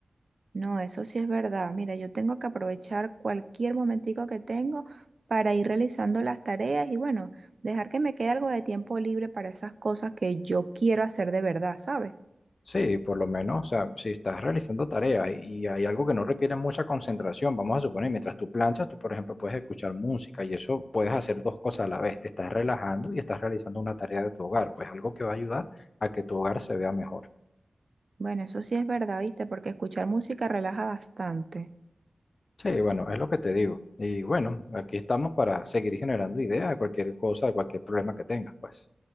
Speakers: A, on the right; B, on the left.
A: No, eso sí es verdad. Mira, yo tengo que aprovechar cualquier momentico que tengo para ir realizando las tareas y bueno, dejar que me quede algo de tiempo libre para esas cosas que yo quiero hacer de verdad, ¿sabes?
B: Sí, por lo menos, o sea, si estás realizando tareas y, y hay algo que no requiere mucha concentración, vamos a suponer, mientras tú planchas, tú, por ejemplo, puedes escuchar música y eso puedes hacer dos cosas a la vez, te estás relajando y estás realizando una tarea de tu hogar, pues algo que va a ayudar a que tu hogar se vea mejor.
A: Bueno, eso sí es verdad, ¿viste? Porque escuchar música relaja bastante.
B: Sí, bueno, es lo que te digo. Y bueno, aquí estamos para seguir generando ideas de cualquier cosa, de cualquier problema que tengas, pues.